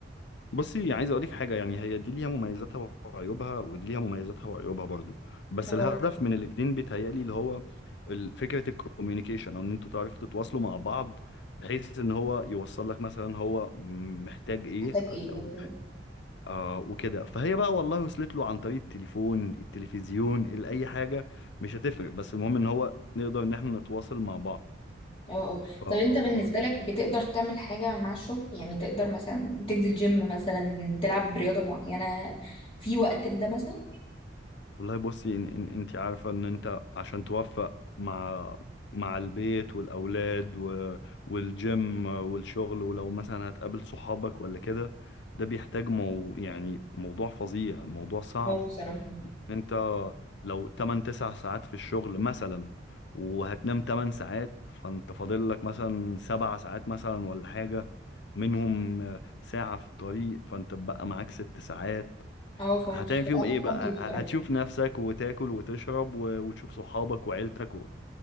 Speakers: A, on the left; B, on the left.
A: بصي عايز اقول لك حاجه يعني هي دي ليها مميزاتها وعيوبها ودي ليها مميزاتها وعيوبها برضو بس
B: اه
A: الهدف من الاتنين بيتهيألي اللي هو ال- فكره الكوميونيكيشن او ان انتوا تعرفوا تتواصلوا مع بعض بحيث ان هو يوصل لك مثلا هو محتاج ايه
B: محتاج ايه
A: ال- او
B: او كده
A: آه وكده فهي بقى والله وصلت له عن طريق التليفون التلفزيون ال- اي حاجه مش هتفرق بس المهم ان هو نقدر ان احنا نتواصل مع
B: اه اه
A: بعض
B: طب انت بالنسبة لك بتقدر تعمل حاجة مع الشغل يعني تقدر مثلا تنزل جيم مثلا تلعب رياضة معينة في وقت لده مثلا
A: والله بصي إن إن انت عارفة ان انت عشان توفق مع مع البيت والأولاد و... والجيم والشغل ولو مثلا هتقابل صحابك ولا كده ده بيحتاج مو... يعني موضوع فظيع الموضوع صعب
B: اه بصراحة
A: لأن انت لو 8 9 ساعات في الشغل مثلا وهتنام 8 ساعات فانت فاضل لك مثلا 7 ساعات مثلا ولا حاجة منهم ساعة في الطريق فانت بقى معاك 6 ساعات
B: اه فمش
A: هتعمل
B: تبقى
A: فيهم
B: عارف
A: ايه بقى
B: تعمل ايه بصراحة
A: ه- هتشوف نفسك وتاكل وتشرب و- وتشوف صحابك وعيلتك و...